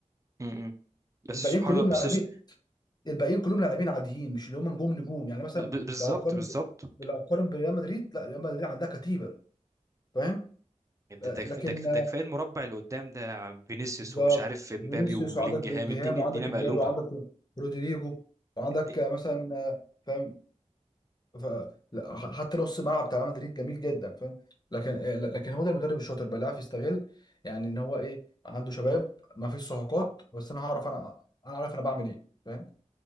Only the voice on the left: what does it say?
الباقيين
كلهم
لاعبين
الباقيين كلهم لاعبين عاديين مش اللي هم نجوم نجوم يعني مثلا
لو هقارن
لو هقارن بريال مدريد لا ريال مدريد عندها كتيبه فاهم
آه،
لكن
آه،
بالظبط
فينيسيوس
وعندك بلينجهام
وعندك
امبابي وعندك رودريجو وعندك
آه، مثلا آه، فاهم ف... لا، ح- حتى نص الملعب بتاع ريال مدريد جميل جدا فاهم لكن آه، ل- لكن هو ده المدرب الشاطر بقى اللي عارف يستغل يعني ان هو ايه عنده شباب ما فيش صفقات بس انا هعرف انا انا عارف انا بعمل ايه فاهم